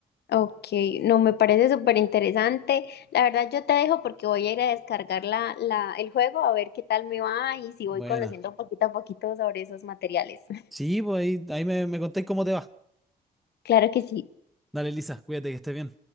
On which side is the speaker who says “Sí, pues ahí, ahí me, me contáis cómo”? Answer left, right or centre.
Centre